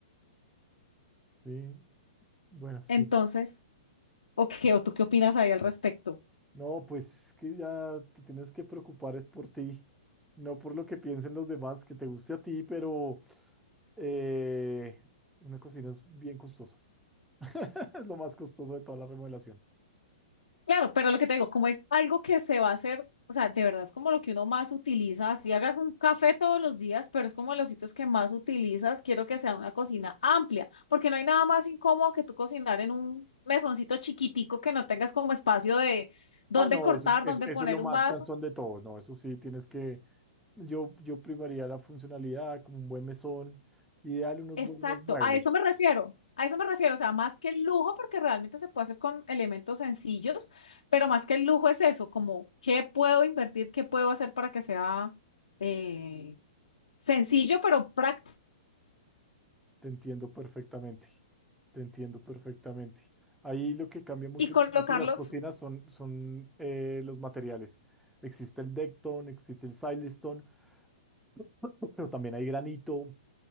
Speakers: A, in the centre; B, on the left.
A: Sí, bueno, sí.
B: Entonces, ¿o qué? ¿O tú qué opinas ahí al respecto?
A: No, pues que ya te tienes que preocupar es por ti, no por lo que piensen los demás, que te guste a ti, pero eh, una cocina es bien costosa. <laughs> Es lo más costoso de toda la remodelación.
B: Claro, pero lo que te digo, como es algo que se va a hacer, o sea, de verdad es como lo que uno más utiliza, Si hagas un café todos los días, pero es como de los sitios que más utilizas, quiero que sea una cocina amplia, porque no hay nada más incómodo que tú cocinar en un mesoncito chiquitico que no tengas como espacio de dónde
A: Ah, no,
B: cortar,
A: eso es, eso,
B: dónde
A: eso
B: poner
A: es lo más
B: un vaso
A: cansón de todo. No, eso sí, tienes que... Yo, yo primaría la funcionalidad, como un buen mesón, ideal unos
B: Exacto,
A: buenos muebles.
B: a eso me refiero, a eso me refiero, o sea, más que el lujo, porque realmente se puede hacer con elementos sencillos, pero más que el lujo es eso, como qué puedo invertir, qué puedo hacer para que sea eh, sencillo, pero práctico.
A: Te entiendo perfectamente, te entiendo perfectamente. Ahí lo que cambia mucho
B: Y colocarlos,
A: el precio de las cocinas son, son eh, los materiales. Existe el Decton, existe el Silestone, <clears throat> pero también hay granito,